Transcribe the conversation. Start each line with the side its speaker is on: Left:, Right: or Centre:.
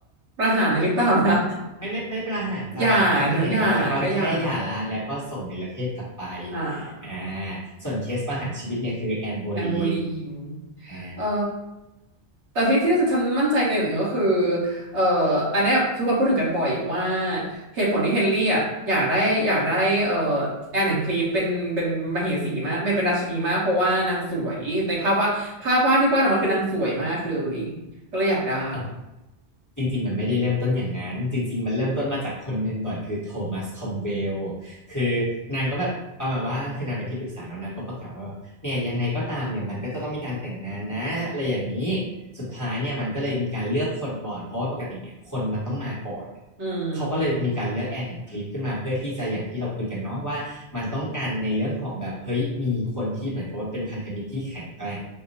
Right: ประหารเลยหรือเปล่านะ
Left: ไม่ไม่ไม่ประหารจ้าแคทเธอรีนแห่งเอรากอนแค่หย่าร้างแล้วก็ส่งเนรเทศกลับไป
Right: <laughs> อย่าถึงอย่าแค่อย่าอ่า
Left: อ่าส่วนเคสประหารชีวิตเนี่ยคือแอนโบลีน
Right: แอนโบลีน
Left: อ่
Right: เออแต่ที่ที่ฉันมั่นใจในอย่างหนึ่งก็คือเอออันเนี้ยทุกคนพูดถึงกันบ่อยว่าเหตุผลที่เฮนรี่อ่ะอยากได้อยากได้เออแอนแอนคลีฟเป็นเป็นมเหสีมากเป็นเป็นราชินีมากเพราะว่านางสวยในภาพวาดภาพวาดที่วาดออกมาคือนางสวยมากเลยก็เลยอยากได้
Left: า จริงๆมันไม่ได้เริ่มต้นอย่างนั้นจริงๆมันเริ่มต้นมาจากคนหนึ่งก่อนคือโทมัสคอมเวลคือนางก็แบบประมาณว่าคือนางเป็นที่ปรึกษาเนาะนางก็ประกาศว่าเนี่ยยังไงก็ตามเนี่ยมันก็จะต้องมีการแต่งงานนะอะไรอย่างนี้สุดท้ายเนี่ยมันก็เลยมีการเลือกคนก่อนเพราะว่าปกติเนี่ยคนมันต้องมาก่อน
Right: อืม
Left: เขาก็เลยมีการเลือกแอนแห่งคลิฟขึ้นมาเพื่อที่จะอย่างที่เราคุยกันเนาะว่ามันต้องการในเรื่องของแบบเฮ้ยมีคนที่เหมือนกับว่าเป็นพันธมิตรที่แข็งแกร่ง